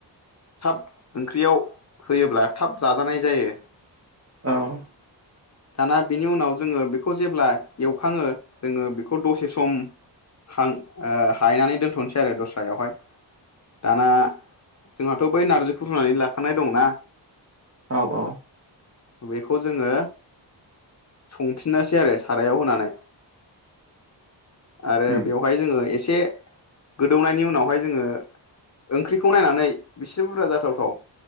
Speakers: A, on the left; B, on the right.
A: थाब ओंख्रियाव होयोब्ला थाब जाजानाय जायो।
B: औ
A: दाना बिनि उनाव जोङो बेखौ जेब्ला एवखाङो जोङो बेखौ दसे सम हां-ओ हायनानै दोनथ'नोसै आरो दस्रायावहाय दाना जोंहाथ' बै नार्जिखौ रुनानै लाखानाय दंना
B: औ औ
A: बेखौ जोङो संफिननोसै आरो सारायाव होनानै। आरो
B: उम
A: बेवहाय जोङो एसे गोदौनायनि उनावहाय जोङो ओंख्रिखौ नायनानै बेसे बुरजा जाथावथाव